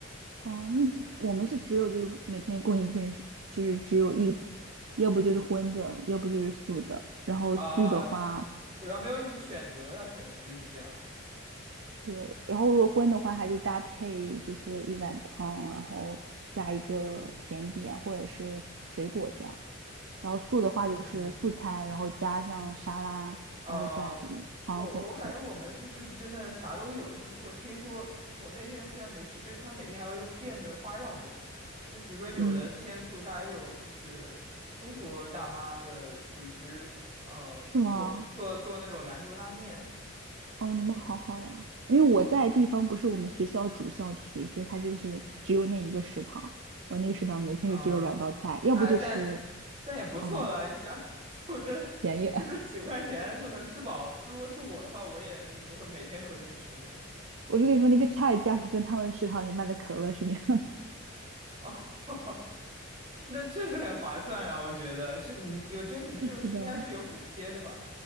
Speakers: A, on the right; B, on the right.
A: 哦，那我们是只有就是每天供应给，就是只有一，要不就是荤的，要不就是素的。然后素的话。
B: 啊、那主要没有你选择，它可能就是这样了。
A: 对，然后如果荤的话，它就搭配就是一碗汤，然后加一个甜点或者是水果这样。然后素的话就是素菜，
B: 嗯
A: 然后加上沙拉，
B: 啊、
A: 然后加一汤或和
B: 我我感觉我们是就是真的啥都有，就是我听说，就是我那天虽然没去，就是他每天还会变着花样那种，就是比如说有的天数他还有就是中国大妈的厨师，
A: 嗯，
B: 嗯、
A: 是吗？
B: 做做做那种兰州拉面，
A: 哦，你们好好呀。因为我在的地方不是我们学校主校区，所以它就是只有那一个食堂，然后那个食堂每天就只有两道菜，
B: 啊、
A: 要不就吃
B: 哎，但但也不错了。
A: 嗯
B: 你想，<laughs> 就这就这几块钱就能吃饱。
A: 便宜。<laughs>
B: 如果是我的话，我也就是会每天都会去吃的。
A: 我就跟你说，那个菜价格跟他们食堂里卖的可乐是一样
B: <laughs> 哦，那确实很划算啊，我觉得。这你，我觉得你们这个是应该是有补贴的吧？
A: 的。<laughs> 是的。